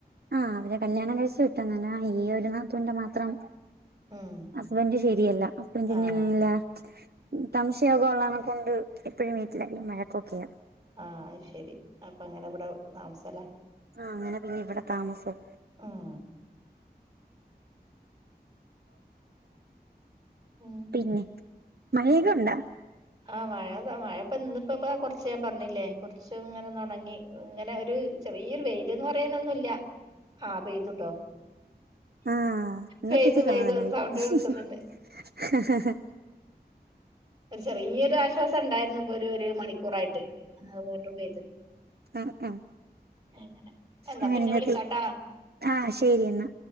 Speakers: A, on the right (about 70°); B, on the right (about 25°).
A: ആ അവരെ കല്യാണം കഴിച്ചു വിട്ടു അങ്ങനെ ഈ ഒരു നാത്തൂന്റെ മാത്രം
B: ഉം
A: ഹസ്ബൻഡ് ശരിയല്ല ഹസ്ബന്റ്
B: ആഹ്
A: <unintelligible> സംശയൊക്കെ ഉള്ളകണക്കു ഉണ്ട് എപ്പഴും വീട്ടിലു വഴക്കൊക്കെയാ
B: ആ അത് ശരി അപ്പ അങ്ങനെ ഇവിടെ താമസല്ലേ
A: ആ അങ്ങനെ പിന്നെ ഇവിടെ താമസം
B: ഉം ഉം
A: പിന്നെ മഴയൊക്കുണ്ടാ
B: ആ മഴ മഴ ഇന്നുപും കുറച്ചു ഞാൻ പറഞ്ഞില്ലേ കുറച്ചു ഇങ്ങനെ ഒന്ന് ഒണങ്ങി ഇങ്ങനെ ഒരു ചെറിയൊരു വെയിലൊന്നു പറയുനൊന്നൂല്ല ആ പെയ്തുട്ടോ
A: ആഹ് ഇന്നത്തേക്ക്
B: പെയ്ത്
A: സമാധാനമായി.
B: പെയ്ത് സൗണ്ട് കേൾക്കുന്നുണ്ട്
A: <inaudible>
B: ചെറിയാ ഒര് ആശ്വാസം ഒണ്ടായിര്ന്നു ഇപ്പൊ ഒര് ഒര് മണിക്കൂറായിട്ട് ആഹ് വിണ്ടും പെയ്യ്തു
A: ആഹ് ആഹ്
B: അങ്ങനെ എന്നാ
A: അങ്ങനെ
B: പിന്നെ
A: ങ്ങനെ
B: വിളിക്കാട്ടാ
A: എത്തി ആഹ് ശെരി എന്നാ